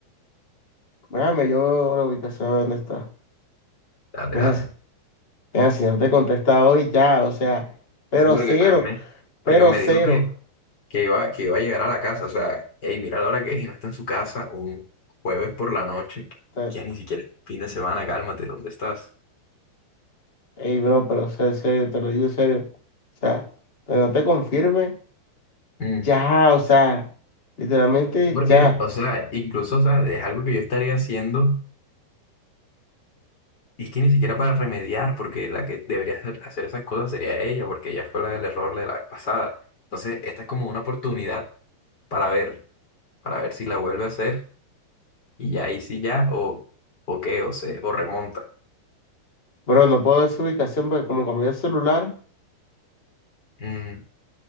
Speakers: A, on the left (about 80°); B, on the left (about 25°).
A: déjame yo veo la ubicación de dónde está.
B: dale,
A: Mija,
B: dale.
A: si mija, si no te contesta hoy, ya, o sea, pero
B: Sí, porque
A: cero,
B: también me,
A: pero
B: porque me
A: cero.
B: dijo que que iba, que iba a llegar a la casa. O sea, hey, mira la hora que es y no está en su casa un jueves por la noche,
A: O sea,
B: que ni siquiera es fin de semana, cálmate, ¿dónde estás?
A: ey, bro, pero o sea, en serio, te lo digo en serio. O sea, pero no te confirme.
B: Mm.
A: Ya, o sea, literalmente
B: Porque,
A: ya.
B: o sea, incluso, o sea, es algo que yo estaría haciendo y es que ni siquiera para remediar, porque la que debería hacer, hacer esas cosas sería ella, porque ella fue la del error de la vez pasada. Entonces, esta es como una oportunidad para ver, para ver si la vuelve a hacer y ya ahí sí ya, o, o qué, o se, o remonta.
A: Bueno, no puedo ver su ubicación porque como cambié el celular,
B: Mm,